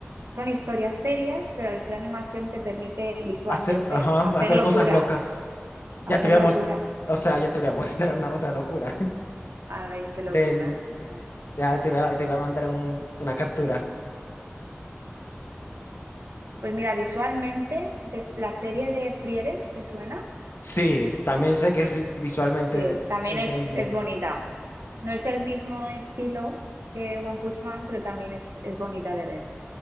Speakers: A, on the right; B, on the left.
A: son historias serias, pero al ser animación te permite visualmente
B: Hacer, ajá,
A: hacer
B: hacer
A: locuras,
B: cosas locas. Ya
A: hacer
B: te voy
A: locuras.
B: a mostrar, o sea, ya te voy a <laughs> mostrar una otra locura.
A: A ver
B: <laughs>
A: qué locura
B: Del,
A: me vas a mostrar.
B: ya te voy a, te voy a mandar un- una captura.
A: Pues mira, visualmente, te- la serie de Frieren, ¿te suena?
B: Sí, también sé que es vi- visualmente
A: Sí, también
B: increíble.
A: es, es bonita. No es el mismo estilo que One Punch Man, pero también es, es bonita de ver.